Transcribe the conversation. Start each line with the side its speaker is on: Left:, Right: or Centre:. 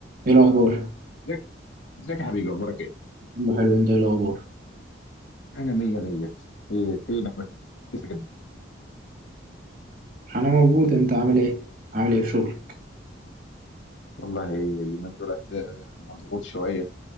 Right: ايه الاخبار
Left: ازيك ازيك يا حبيبي اخبارك ايه؟
Right: عم حلو انت ايه الاخبار
Left: انا مية مية ايه فينك مختفي كده؟
Right: انا موجود انت عامل ايه عامل ايه في شغل
Left: والله اليومين دولت آه، مضغوط شوية